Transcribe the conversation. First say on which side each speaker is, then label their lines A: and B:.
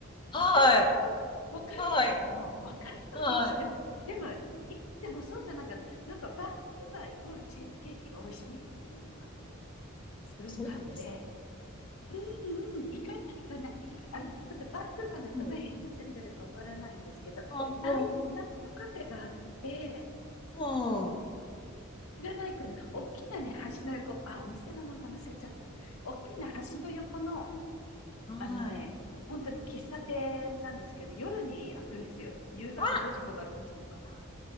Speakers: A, on the left (about 25°); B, on the left (about 80°).
A: はい、
B: 私が若い時の、
A: はい、
B: 若い時って言っても、
A: はい。
B: でも、今でもそうじゃないけど、なんかバンクーバーイコールチーズケーキが美味しいっていうのがすごくあって、
A: そうなんですか。
B: うんうん、行かない行かない。あの、ちょっとバンクーバーのどの辺に住んでるかわからないんですけど、
A: うん。ああ
B: ナイ、ナイトカフェがあって、
A: うんう、ん
B: 知らないかな。大きなね、橋の横、あ、お店の名前忘れちゃったな。大きな橋の横の、
A: あーはい。
B: あのね、本当に喫茶店なんですけど、夜に開くんですよ。夕方5時とか6時とか。
A: あ、